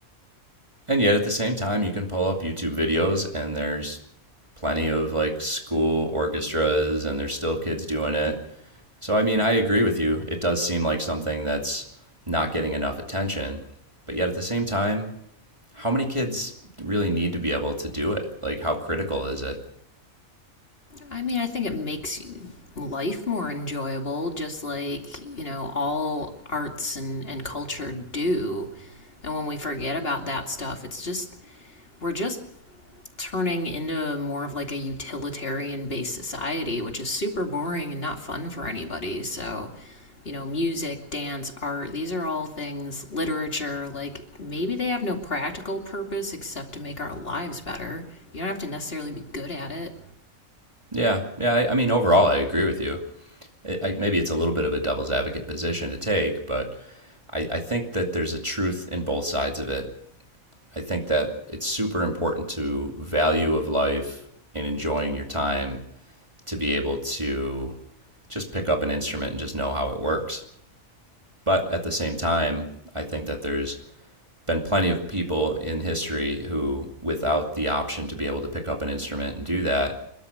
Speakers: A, on the right; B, on the left.
A: And yet at the same time, you can pull up YouTube videos and there's plenty of like school orchestras and there's still kids doing it. So I mean, I agree with you. It does seem like something that's not getting enough attention. But yet at the same time, how many kids really need to be able to do it? Like how critical is it?
B: I mean, I think it makes life more enjoyable, just like, you know, all arts and, and culture do. And when we forget about that stuff, it's just, we're just turning into more of like a utilitarian based society, which is super boring and not fun for anybody. So, you know, music, dance, art, these are all things, literature, like maybe they have no practical purpose except to make our lives better. You don't have to necessarily be good at it.
A: Yeah. Yeah, I, I mean overall I agree with you. It, I, maybe it's a little bit of a devil's advocate position to take, but I, I think that there's a truth in both sides of it. I think that it's super important to value of life and enjoying your time to be able to just pick up an instrument and just know how it works. But at the same time, I think that there's been plenty of people in history who, without the option to be able to pick up an instrument and do that,